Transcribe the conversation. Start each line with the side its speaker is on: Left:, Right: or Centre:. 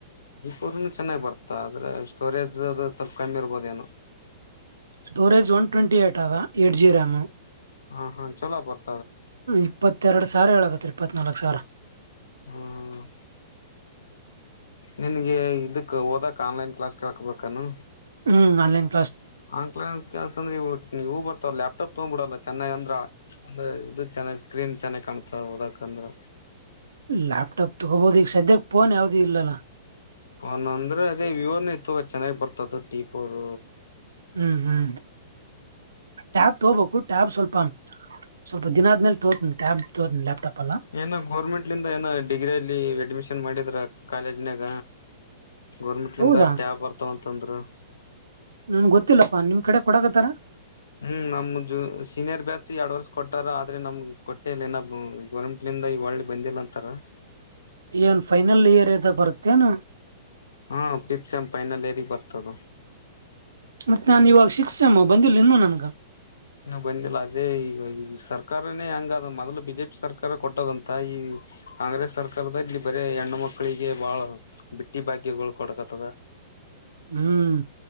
Left: ಪೋ ಚೆನ್ನಾಗಿ್ ಬರ್ತಾ ಆದ್ರೆ ಸ್ಟೋರೇಜ್ ಅದು ಸ್ವಲ್ಪ ಕಮ್ಮಿ ಇರ್ಬೋದ ಏನೋ
Right: ಸ್ಟೋರೇಜ್ ಒನ್ ಟ್ವೆಂಟಿ ಏಟ್ ಅದ ಎಯಿಟ್ ಜಿರೊ <inaudible>
Left: ಹಾ ಹಾ ಚಲೋ ಬತ
Right: ಇಪ್ಪತ್ತೆರಡು ಸಾರಿ ಹೇಳಕತ್ರಿ ಪತ್ನಲ್ಕ್ ಸರ್
Left: ಹ್ಮ್ ಹ್ಮ ನಿನ್ಗೆ ಇದುಕ್ಕ ಓದಕ್ <unintelligible> ಆನ್ಲೈನ್ ಕ್ಲಾಸ್ ಕೇಳ್ಕೊಬೇಕೆನು?
Right: ಹ್ಮ್ ಅಲ್ಲಿನ್
Left: ಹಾಂಕ್ಲನ್ ಕೆಸ ಅಂದ್ರ ಟ್ಟ ನೀವು ಬರ್ತಾವ ಲ್ಯಾಪ್ಟಾಪ್ ತಗ್ ಬಿಿಡಲ್ಲ ಚೆನ್ನಾಗ ಅಂದ್ರ ಅಂದ ಇ ಚೆನ್ನಾಗ್ ಸ್ಕ್ರೀನ್ ಚೆನ್ನಾಗಿ ಕಾಣ್ತ ಹದಕ ಅಂದ್ರೆ
Right: ಲ್ಯಾಪ್ಟಾಪ್ ತಗೋಬಹದು ಈಗ ಸದ್ಯಕ್ ಫೋನ್ ಯಾವವು್ದೂ ಇಲ್ಲಲ್ಲ
Left: ಅವನ್ ಅಂದ್ರೆ ಅದೇ ವಿವೋನ ಇತ್ತು ಚೆನ್ನಾಗಿ ಬರ್ತದತ್ತು ಟೀಪೋರ್
Right: ಹ್ಮ್ ಹ್ಮ್ ಟಾಪ್ ತಬಕು ಟ್ಯಾಬ್ ಸ್ವಲ್ಪ ಸ್ವಲ್ಪ ದಿನ ಆದ್ಮೇಲೆ ತೋರ್ತನಿ ಟ್ಯಾಬ್ ತೋರ್ತನಿ ಲ್ಯಾಪ್ಟಾಪ್ ಅಲ್ಲ
Left: ಏನೋ ಗೋರ್ಮೆಂಟ್ಲಿನ್ದ ಏನೋ ಡಿಗ್ರಿ ಅಲ್ಲಿ ಅಡ್ಮಿಷನ್ ಮಾಡಿದ್ರ ಕಾಲೇಜಿನಾಗ ಗೋರ್ಮೆಂಟ್ಂದ
Right: ಹೌದಾ
Left: ಟ್ಯಾಬ್ ಬರ್ತಾವ್ ಸ್ ತಂದ್ರ
Right: ನನ್ ಗೊತ್ತಿಲ್ಲಪ್ಪಾ ನಿಮ್ ಕಡೆ ಕೊಡಕತ್ತಾರ
Left: ಹ್ಮ್ ನಮ ಜ ಸೀನಿಯರ್ ಬ್ಯಾಚ್ ಎರಡ್ ವರ್ಷ ಕೊಟ್ಟಾರ ಆದ್ರೆ ನಮ್ಗ್ ಕೊಟ್ಟ ಮಏನ ಗೋರ್ಮೆಟ್ಲಿಂದ ಈ ಒಳ್ಳೆ ಬಂದಿಲ್ಲ ಅಂತಾರ
Right: ಏನ್ ಫೈನಲ್ ಇಯರ್ ಇದದಾಗ ಬರತ್ತೇನು
Left: ಹಾ ಪಿಪ್ಸಂಪೈನಲ್ಲಿ ರಿ ಬರ್ತದ
Right: ಮತ್ ನಾನ್ ಇವಾಗ ಸಿಕ್ಸಸೆಮು ಬಂದಿಿಲ್ಲ ಇನ್ನು ನನ್ಗ.
Left: ಇನ್ನು ಬಂದಿಲ್ಲ ಅ ಅದೇ ಈಗ ಈ ಸರ್ಕಾರನೇ ಅಂಗದ ಮೊದಲು ಬಿಜೆಪಿ ಸರ್ಕಾರ ಕೊಟ್ಟದಂತ ಈ ಕಾಂಗ್ರೆಸ್ ಸರ್ಕಾರದಾಗೆ ಬರೇ ಹೆಣ್ಣು ಮಕ್ಕಳಿಗೆ ಬಾಳ ಬಿಟ್ಟಿ ಭಾಗ್ಯಗಳು ಕೊಡಕತ್ತದ.
Right: ಹ್ಮ್